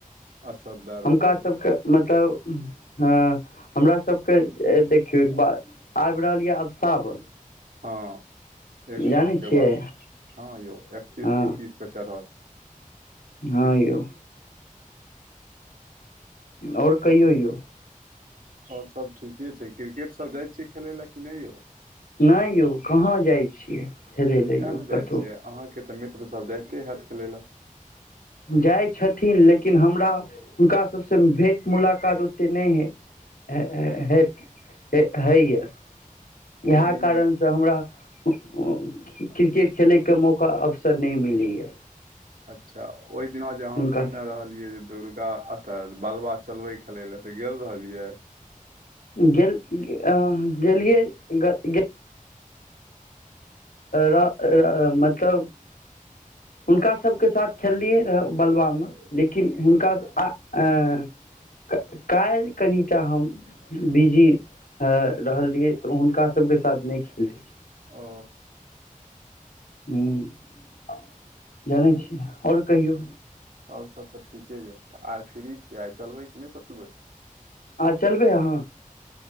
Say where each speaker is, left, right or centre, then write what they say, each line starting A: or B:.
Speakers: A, on the right; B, on the left.
A: असर देय
B: हुनका
A: रहले य।
B: मतलब- हँ। हमरा सभके देखियौ एक बात-आबि रहल यए आब सावन।
A: हँ एक
B: जानै
A: माहके
B: छियै
A: बाद हँ यौ एकतीस
B: हँ
A: त तीसके चढ़त।
B: हँ यौ। आओर कहियो यौ-
A: आओर सभ ठीके छै क्रिकेटसभ जाइ छियै खेलय लए कि नय यौ?
B: नहि यौ कहाँ जाइ छियै हेलै लए
A: किए
B: यौ
A: ने
B: कतहु
A: जाइ छियै? अहाँके तऽ मित्र सब जाइते हयैत खेलै लए।
B: जाइ छथिन लेकिन हमरा हुनका सबसँ भेंट- मुलााकत ओते नहि हय ह-ह- हेत। ऐ हय य इएह
A: ओहि दिन
B: कारण से हमरा क्रिकेट खेले के मौका अवसर नहि मिलै या।
A: अच्छा ओहि दिना जे अहाँ
B: हुनकासँ
A: कहने रहलियै जे दौड़ त अतऽ बलबा चलबै खेलै लए, तऽ गेल रहलियै?
B: गेल अ गेलियए ग गेल र र मतलब हुनका सबके साथ खेललियै रहऽ बलबामे लेकिन हुनका स आ अ काल्हि कनिटा हम बिजी अ रहलियै तऽ हुनका सबके साथ नहि खेललहियै।
A: ओ
B: हँ जनै छियै आओर कहियौ
A: आओर सभ तऽ ठीके यऽ तऽ आइ फ्री छी आइ चलबै कि नहि चलबै
B: आ चलबै अहाँ?